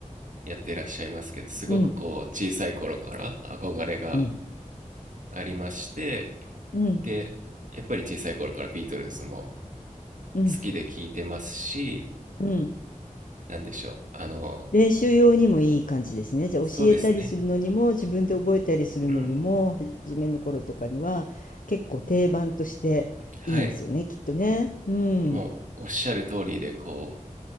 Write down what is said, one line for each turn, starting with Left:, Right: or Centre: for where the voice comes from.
Right: やってらっしゃいますけど、すごくこう、
Left: うん。
Right: 小さい頃から憧れが
Left: うん。
Right: ありまして、
Left: うん。
Right: で、やっぱり小さい頃からビートルズも
Left: うん。
Right: 好きで聴いてますし、
Left: うん。
Right: なんでしょう、あの、
Left: 練習用にもいい感じですね。じゃあ教えたりするのにも、
Right: そうですね、
Left: 自分で覚えたりするのにも、
Right: うん、
Left: 初めの頃とかには、結構定番としていいですよね、
Right: はい、
Left: きっとね。うん。
Right: もうおっしゃる通りで、こう、